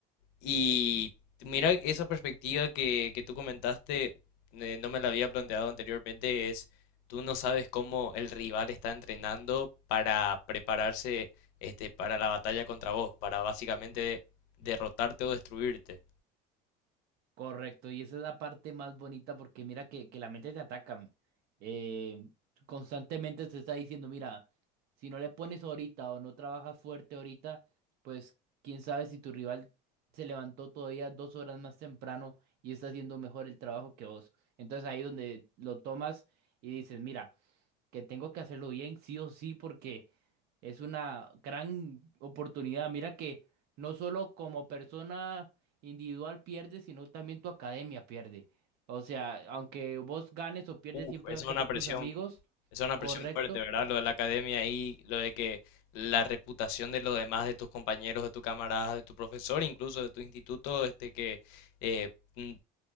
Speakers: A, on the left; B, on the right.
A: Y mira, esa perspectiva que, que tú comentaste, eh, no me la había planteado anteriormente, es tú no sabes cómo el rival está entrenando para prepararse este, para la batalla contra vos, para básicamente derrotarte o destruirte.
B: Correcto, y esa es la parte más bonita porque mira que, que la mente te ataca. eh, constantemente te está diciendo, mira, si no le pones ahorita o no trabajas fuerte ahorita, pues quién sabe si tu rival se levantó todavía dos horas más temprano y está haciendo mejor el trabajo que vos. Entonces ahí donde lo tomas y dices, mira que tengo que hacerlo bien, sí o sí, porque es una gran oportunidad. Mira que no solo como persona individual pierde, sino también tu academia pierde. O sea, aunque vos ganes o pierdes,
A: Uf,
B: siempre
A: esa
B: vas
A: es
B: a
A: una
B: estar
A: presión
B: tus amigos,
A: Esa es una
B: correcto.
A: presión fuerte, ¿verdad? Lo de la academia y lo de que la reputación de los demás, de tus compañeros, de tu camaradas, de tu profesor, incluso de tu instituto, este que eh, mm,